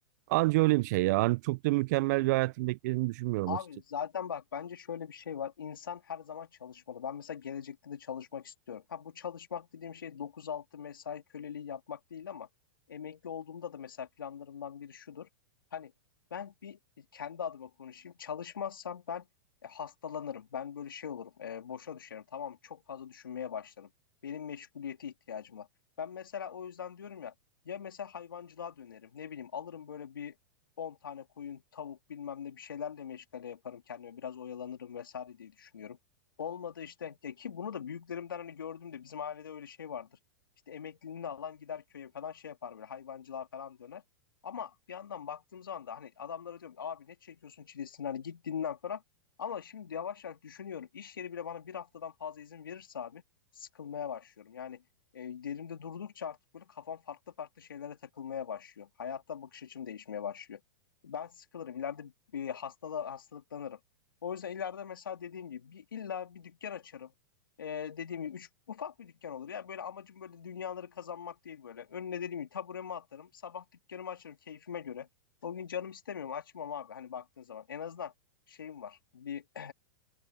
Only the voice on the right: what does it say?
Anca öyle bir şey ya. Hani çok da mükemmel bir hayatın beklediğini düşünmüyorum
açıkçası.